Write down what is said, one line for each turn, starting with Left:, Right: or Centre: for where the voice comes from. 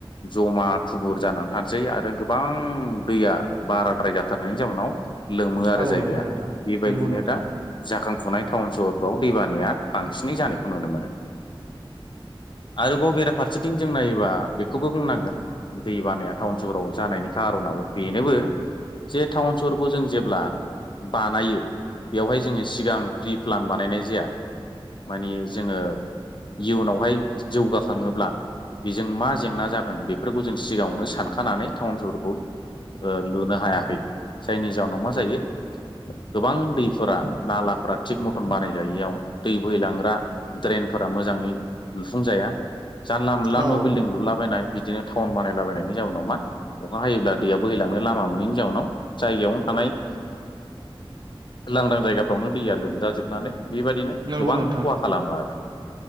Left: जमा थुबुर जानानै थानोसै आरो गोबां दैया बाराद्राय जाथारनायनि जाउनाव लोमो आरो
Right: औ
Left: जायगाया
Right: नंगौ नोंथां
Left: बेबायदिनो
Right: नंगौ नोंथां
Left: दा जाखांफुनाय टाउन सहरफ्राव दैबानाया बांसिनै जानायखौ नुनो मोनो आरोबाव बेराफारसेथिं जों नायोबा बेखौबो बुंनांगोन दै बानाया टाउन सोहराव जानायनि खार'नाबो बेनोबो जे टाउन सहरखौ जों जेब्ला बानायो बेवहाय जोङो सिगां प्रि प्लान बानायनाय जाया। माने जोङो इयुनावहाय जौगाखाङोब्ला बेजों मा जेंना जागोन बेफोरखौ जों सिगाङावनो सानखानानै टाउन शहरखौ ओ लुनो हायाखै जायनि जाउनाव मा जायो गोबां दैफोरा नालाफोरा थिग मतन बानायजायियाव दै बोहै लांग्रा ड्रेन फोरा मोजाङै लुफुंजाया जानला मोनला
Right: औ
Left: न' बिल्डिं
Right: नोंथां
Left: लुलाबायनाय बिदिनो टाउन बानायलाबायनायनि जाउनाव मा अखा हायोब्ला दैया बोहैलांनो लामा मोनैनि जाउनाव जायगायावनो थानाय लांदां जायगाफ्रावनो दैया लोमजाजोबनानै बेबायदिनो
Right: नंगौ
Left: गोबां
Right: नोंथां
Left: खहा खालामो आरो